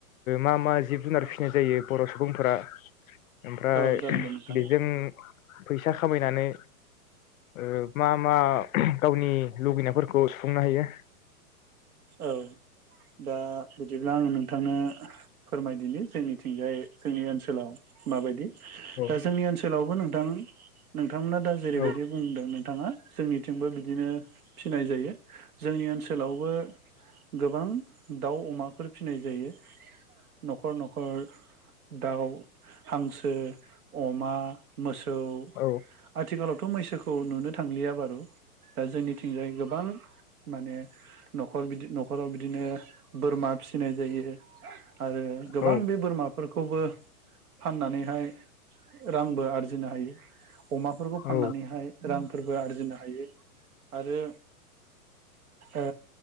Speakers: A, on the left; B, on the right.
A: मा मा जिब जुनार
B: औ
A: फिसिनाय जायो? बर' सुबुंफोरा ओमफ्राय
B: औ जागोन दे नोंथां
A: बेजों फैसा खामायनानै ओ मा मा गावनि लुगैनायफोरखौ सुफुंनो हायो?
B: औ दा बिदिब्ला आं नोंथांनो फोरमायदिनि जोंनिथिंजाय जोंनि ओनसो सोलाव माबायदि
A: औ
B: दा जोंनि ओनसोलाव नोंथां नोंथांमोना दा जेरैबायदि
A: औ
B: बुंदों नोंथाङा जोंनिथिंबो बिदिनो फिनाय जायो जोंनि ओनसोलावबो गोबां दाउ अमाफोर फिनाय जायो। न'खर न'खर दाउ हांसो अमा मोसौ
A: औ
B: आथिखालाव थ' मैसोखौ नुनो थांलिया बारु दा जोंनिथिंजाय गोबां माने न'खर बिदि न'खराव बिदिनो। बोरमा फिसिनाय जायो। आरो गोबां
A: औ
B: बे बोरमाफोरखौबो फाननानैहाय रांबो आरजिनो हायो। <unintelligible> अमाफोरखौ फाननानैहाय
A: औ
B: रांफोरबो आरजिनो हायो आरो ओ